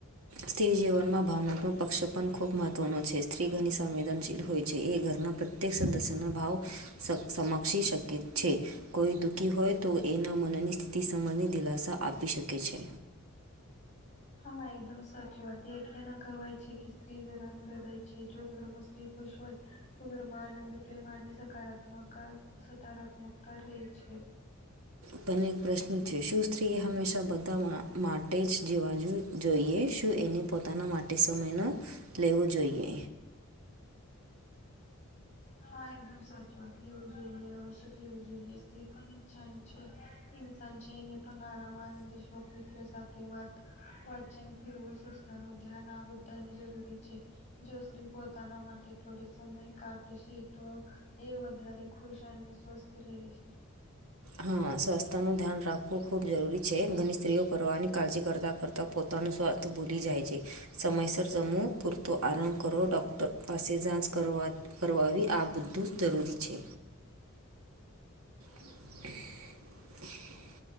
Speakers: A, on the right; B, on the left.
A: સ્ત્રી જીવનમાં ભાવનાત્મક પક્ષ પણ ખૂબ મહત્વનો છે સ્ત્રી ઘણી સંવેદનશી હોય છે એ ઘરના પ્રત્યેક સદસ્યના ભાવ સમ સમક્ષી શકે છે કોઈ દુઃખી હોય તો એના મનની સ્થિતિ સમની દિલાસા આપી શકે છે
B: હા એકદમ સાચી વાત એ એટલે ના કહેવાય છે કે સ્ત્રી ઘરનું હૃદય છે જો ઘરમાં સ્ત્રી ખુશ હોય તો ઘરમાં આનંદ પ્રેમ અને સકારાત્મક ત્મ સકારાત્મકતા રહેે છે
A: પણ એક પ્રશ્ન છે શું સ્ત્રીએ હંમેશા બધા માટે જ જીવા જો જોઈએ શું એને પોતાના માટે સમયનો લેવું જોઈએ
B: હા એકદમ સાચું વાત લેવું જોઈએ આવશ્યક લેવું પણ ઈછાન છે ઈન્સાન છે એને પણ આરામ આરામ શોક મિત્ર સાથે વાત વાચન ફરવું સંસ્થા ન ધ્યાન આ બધાની જરૂરી છે જો સ્ત્રી પોતાના માટે થોડે સમય કાઢ છે તો એ વધારે ખુશ અને સ્વસ્થ રહે છે
A: હા સ્વાસ્થ્ય નું ધ્યાન રાખવું ખૂબ જરૂરી છે ઘણી સ્ત્રીઓ પરવાહની કાળજી કરતાં કરતા પોતાનું સ્વાર્થ ભૂલી જાય છે સમયસર જમો પૂરતો આરામ કરો ડોક્ટર પાસે જાંચ કરવા કરવાવી આ બધું જ જરૂરી છે <inaudible>